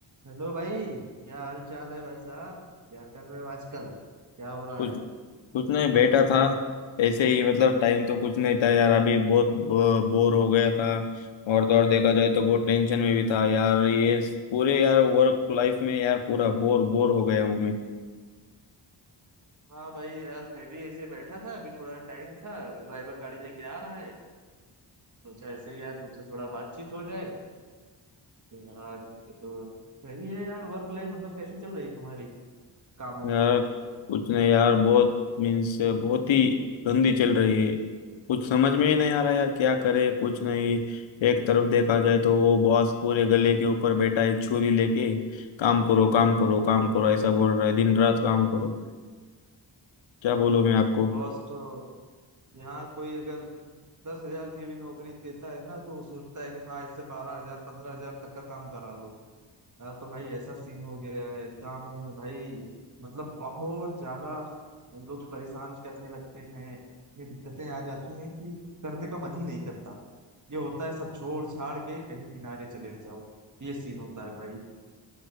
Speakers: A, on the right (about 40°); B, on the left (about 85°).
A: Hello भाई क्या हाल चाल है भाई साहब क्या कर रहे हो आजकल क्या हो रहा
B: कुछ
A: है
B: कुछ नहीं बैठा था ऐसे ही मतलब टाइम तो कुछ नहीं था यार अभी बहुत बोर हो गया था और तो और देखा जाए तो बहुत टेंशन में भी था यार ये पूरे यार वर्क लाइफ में यार पूरा बोर बोर हो गया हूँ मैं
A: हाँ भाई यार मैं भी ऐसे बैठा था अभी थोड़ा टाइम था ड्राइवर गाड़ी लेके आ रहा है सोचा ऐसे ही यार तुमसे थोड़ा बातचीत हो जाए यार ये तो सही है यार वर्क लाइफ मतलब कैसी चल रही है तुम्हारी कामों
B: यार कुछ नहीं यार बहुत मीन्स बहुत ही गंदी चल रही है कुछ समझ में ही नहीं आ रहा यार क्या करे कुछ नहीं एक तरफ देखा जाए तो वो बॉस पूरे गले के ऊपर बैठा है छुरी लेके काम करो काम करो काम करो ऐसा बोल रहा है दिन रात काम करो क्या बोलूं मैं आपको
A: बॉस तो यहाँ कोई अगर दस हजार की भी नौकरी देता है ना तो वो सोचता है कि हाँ इससे बारह हजार पंद्रह हजार तक का काम करा लो यार तो भाई ऐसा सीन हो गया है कामों में भाई मतलब बहुत ज्यादा हम लोग परेशान करने लगते हैं इतनी दिक्कतें आ जाती हैं कि करने का मन ही नहीं करता ये होता है सब छोड़ छाड़ के कहीं किनारे चले जाओ ये सीन होता है भाई